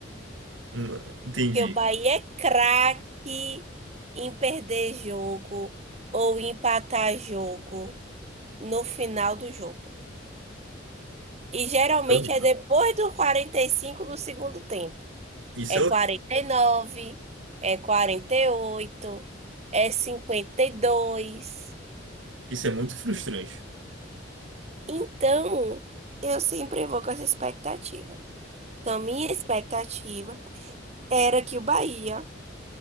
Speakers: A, on the right; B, on the right.
A: Hum, Entendi.
B: Porque o Bahia é craque em perder jogo ou empatar jogo no final do jogo. E geralmente
A: É horrível.
B: é depois do 45 do segundo tempo.
A: Isso
B: é
A: é, horrível.
B: 49, é 48, é 52.
A: isso é muito frustrante.
B: Então, eu sempre vou com essa expectativa. Então, minha expectativa era que o Bahia